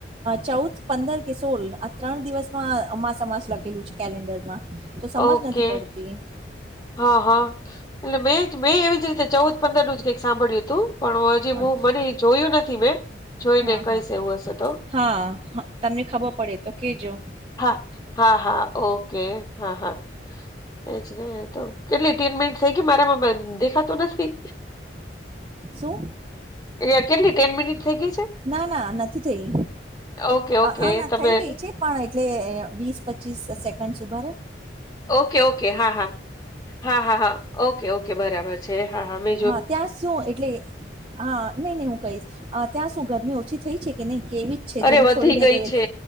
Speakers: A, on the right; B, on the left.
A: ચૌદ પંદર કે સોળ આ ત્રણ દિવસમાં અમાસ આમાંસ લખેલું છે કેલેન્ડરમાં. તો સમજ
B: ઓકે.
A: નથી પડતી
B: હા હા એટલે મેં મેં એવી જ રીતે ચૌદ પંદર નું જ કઈક સાંભળ્યું હતું. પણ હું હજી હું
A: અચ્છા.
B: મને જોયું નથી મેં જોઈને
A: હા
B: કઈસ
A: હા
B: એવું હશે તો
A: હા તમને ખબર પડે તો કેજો
B: હા હા હા ઓકે હા હા એજ ન તો કેટલી તીન મિનિટ થઈ કે મારામાં દેખાતું નથી
A: શું
B: એ કેટલી
A: <inaudible>
B: ટેન મિનિટ થઈ ગઈ છે
A: ના ના નથી થઈ.
B: ઓકે ઓકે
A: હ અ ના
B: તમે
A: થઈ ગઈ છે પણ એટલે વીસ પચીસ સેકન્ડ ઉભા રહો.
B: ઓકે ઓકે હા હા હા હા હા ઓકે ઓકે બરાબર છે હા હા મે
A: હા ત્યાં શું એટલે હા નહી નહી હું કહીશ ત્યાં શું ગરમી ઓછી થઈ છે. કે નહી કેવી જ છે
B: અરે
A: જેવી
B: વધી
A: છોડીને ગઈ
B: છે